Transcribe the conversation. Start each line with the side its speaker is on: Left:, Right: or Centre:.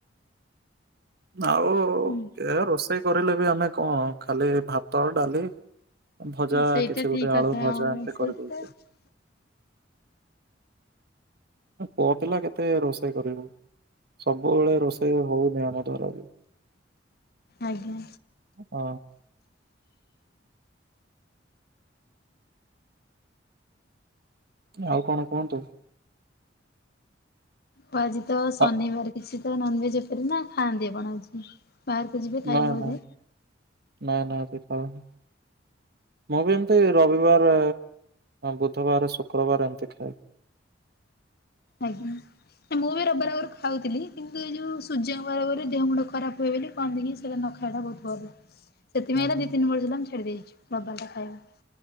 Right: ଆଉ
Left: ହୁଁ।
Right: ଏ ରୋଷେଇ କରିଲେ ବି ଆମେ କଣ ଖାଲି ଭାତ ଡ଼ାଲି ଭଜା
Left: ସେଇଟା
Right: କିଛି
Left: ଠିକ
Right: ଗୋଟେ
Left: କଥା
Right: ଆଳୁ ଭଜା
Left: ଆଉ
Right: ଏମତି
Left: ସେଇଟା
Right: କରି ଦଉଚୁ।
Left: ହଁ
Right: ପୁଅ ପିଲା କେତେ ରୋଷେଇ କରିବୁ ସବୁବେଳେ ରୋଷେଇ ହଉନି ଆମ ଦ୍ଵାରା ବି।
Left: ଆଜ୍ଞା।
Right: ଅ ଆଉ କଣ କୁହନ୍ତୁ।
Left: ଓ ଆଜି ତ ଶନିବାର
Right: ଆ
Left: କିଛି ତ ନନଭେଜ୍ ଓପରେ ନା ଖାଆନ୍ତି ଆପଣ ଆଜି? ବାହାରକୁ ଯିବେ ଖାଇବେ
Right: ନାଁ
Left: ବୋଧେ
Right: ନାଁ ନାଁ ନାଁ ଆଜି ଖାଉନି। ମୁଁ ବି ଏମତି ରବିବାର ବୁଧବାର ଶୁକ୍ରବାର ଏମତି ଖାଏ।
Left: ଆଜ୍ଞା। ମୁଁ ବି ରବିବାର ଆଗରୁ ଖାଉଥିଲି କିନ୍ତୁ ଏ ଯୋଉ ସୂର୍ଯ୍ୟଙ୍କ ବାରବୋଲି ଦେହ ମୁଣ୍ଡ ଖରାପ ହୁଏ ବୋଲି କନ୍ତି କି ସିଏ ନଖାଇଲା ବହୁତ ଭଲ।
Right: <inaudible>
Left: ସେଥିପାଇଁ ତ
Right: ହୁଁ।
Left: ଦି ତିନି ବର୍ଷ ହେଲା ମୁଁ ଛାଡ଼ି ଦେଇଚି ରବିବାର ଟା ଖାଇବା।